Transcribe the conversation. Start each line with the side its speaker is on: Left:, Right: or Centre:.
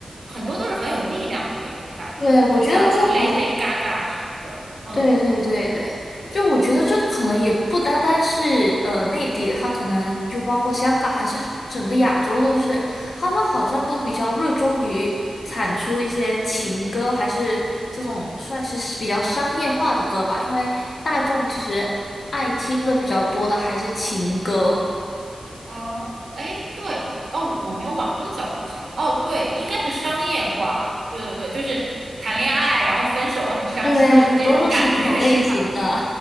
Right: 很多都是很有力量的那种感觉，
Left: 对，我觉得这好像
Right: 就像 Lady Gaga 什么的，嗯。
Left: 对对对对，就我觉得这个可能也不单单是呃内地，它可能就包括香港，还是整个亚洲都是，他们好像都比较热衷于产出一些情歌，还是这种算是比较商业化的歌吧，因为大众其实爱听的比较多的还是情歌。
Right: 哦，哎，对哦，哦，我没有往这个角度想。哦，对，应该是商业化。对对对，就是谈恋爱，然后分手了，很伤心，
Left: 对，
Right: 就这种感觉
Left: 很多都是这种类型的，
Right: <laughs> 是吧？